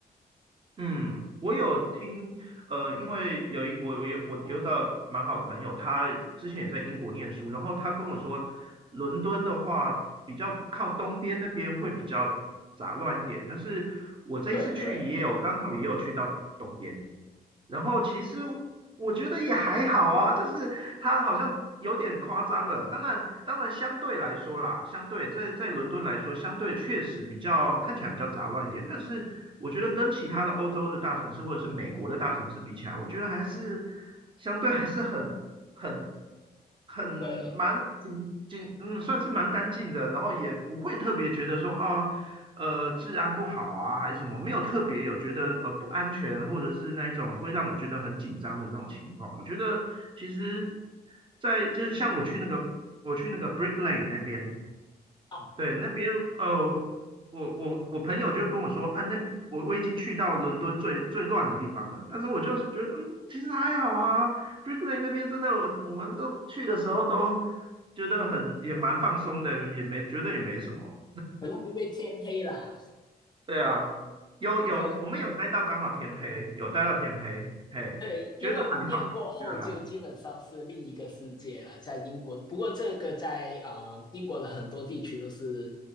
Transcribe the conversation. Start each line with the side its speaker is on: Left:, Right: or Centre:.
Right: 嗯，我有听，呃，因为有一我我有我有一个蛮好的朋友，他之前也在英国念书，然后他跟我说，伦敦的话比较靠东边那边会比较杂乱一点，但是我这一次去也有刚好也有去到东边，
Left: 对对，
Right: 然后其实我觉得也还好啊，就是它好像有点夸张了。当然，当然相对来说啦，相对在在伦敦来说，相对确实比较看起来比较杂乱一点。但是我觉得跟其他的欧洲的大城市或者是美国的大城市比起来，我觉得还是相对还是很很很蛮紧紧，
Left: 对，
Right: 嗯，算是蛮干净的。然后也不会特别觉得说啊。哦呃治安不好啊，还是什么，没有特别有觉得呃不安全，或者是那一种会让我觉得很紧张的那种情况。我觉得其实在，就是像我去那个我去那个 Brick Lane 那边，
Left: 啊，
Right: 对那边呃我我我朋友就跟我说，啊那我我已经去到伦敦最最乱的地方了，但是我就觉得嗯其实还好啊，Brick Lane 那边真的我我们都去的时候都觉得很也蛮放松的，也没觉得也没什么。
Left: 可能因为天黑啦，
Right: 对啊，有有，
Left: 就
Right: 我们有待到刚好天黑，有待到天黑，嘿，
Left: 对，因为午夜过后就基本上是另一个世界了，
Right: 觉得还好，觉得还好，
Left: 在英国。不过这个在呃英国的很多地区都是